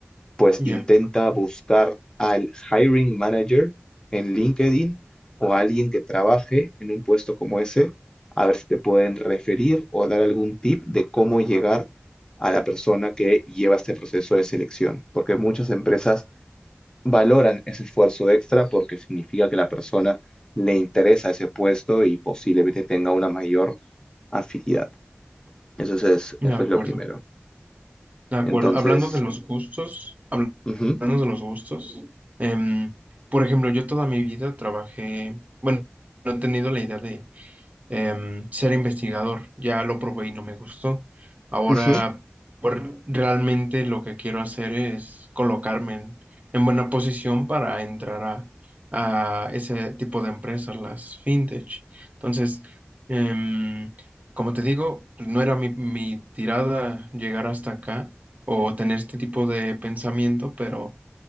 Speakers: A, on the left (about 20°); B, on the right (about 40°).
A: pues
B: ya,
A: intenta buscar al hiring manager en LinkedIn o a alguien que trabaje en un puesto como ese, a ver si te pueden referir o dar algún tip de cómo llegar a la persona que lleva este proceso de selección, porque muchas empresas valoran ese esfuerzo extra porque significa que la persona le interesa ese puesto y posiblemente tenga una mayor afinidad. Eso es,
B: de
A: eso
B: acuerdo,
A: es lo primero.
B: de acuerdo.
A: Entonces,
B: Hablando de los gustos, habl-
A: ujú,
B: hablando de los gustos, em, por ejemplo, yo toda mi vida trabajé, bueno, no he tenido la idea de em, ser investigador. Ya lo probé y no me gustó. Ahora,
A: ujú,
B: pues realmente lo que quiero hacer es colocarme en, en buena posición para entrar a, a ese tipo de empresas, las fintech. Entonces, em, como te digo, pues, no era mi, mi tirada llegar hasta acá o tener este tipo de pensamiento, pero